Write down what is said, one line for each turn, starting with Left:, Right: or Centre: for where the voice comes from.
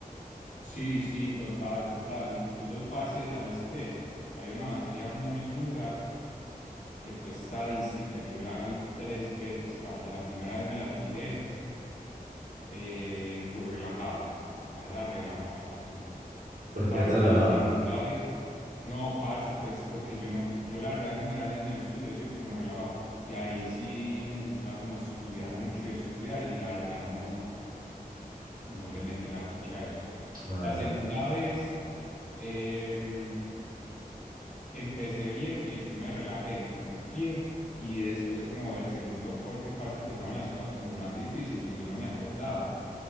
Left: Sí, sí, total, total. Incluso, parce, ¿sabes qué? Había una materia muy dura que fue estadística y yo la vi tres veces, parce. La primera vez me la tiré Eh, pues relajado, la verdad, relajado, relajado.
Right: porque
Left: Parce,
Right: es relajado.
Left: la segunda vez. No, parce, pues porque yo no, yo la verdad en general en el estudio he sido como relajado y ahí sí necesitaba como estudiar mucho y estudiar y la verdad no, no le metí la ficha a eso.
Right: Ah,
Left: La segunda
Right: ya.
Left: vez em, empecé bien y después me relajé, me confié y después como del segundo corte, parce, empezaron las, cua- lo más difícil y yo no me acordaba.